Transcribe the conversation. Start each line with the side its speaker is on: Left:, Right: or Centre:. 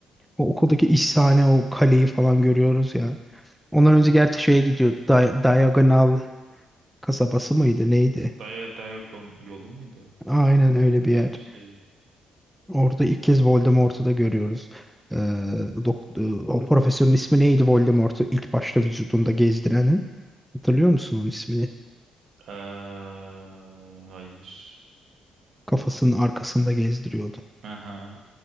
Centre: O okuldaki iş sahne, o kaleyi falan görüyoruz ya. Ondan önce gerçi şeye gidiyor. Di- Diagonal kasabası mıydı neydi?
Right: Dia Diagon yolu muydu?
Centre: Aynen öyle bir yer.
Right: Öyle bir şey.
Centre: Orada ilk kez Voldemort'u da görüyoruz. Ee, dok- e, o profesörün ismi neydi Voldemort'u ilk başta vücudunda gezdirenin? Hatırlıyor musun onun ismini?
Right: Aa, hayır.
Centre: kafasının arkasında gezdiriyordu.
Right: Aha.